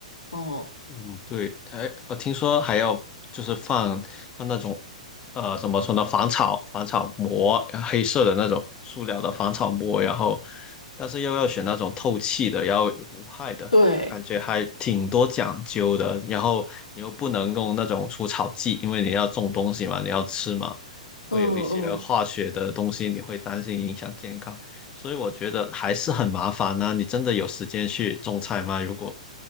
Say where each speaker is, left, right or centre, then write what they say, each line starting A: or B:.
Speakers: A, on the left; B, on the left.
A: 哦，
B: 嗯，对，哎，我听说还要就是放放那种，呃，怎么说呢，防草防草膜，黑色的那种塑料的防草膜，然后，但是又要选那种透气的，要有无害的，
A: 对，
B: 我感觉还挺多讲究的。然后你又不能用那种除草剂，因为你要种东西嘛，你要吃嘛，
A: 嗯嗯
B: 会有一些化学的东西，你会担心影响健康，所以我觉得还是很麻烦呢、你真的有时间去种菜吗？如果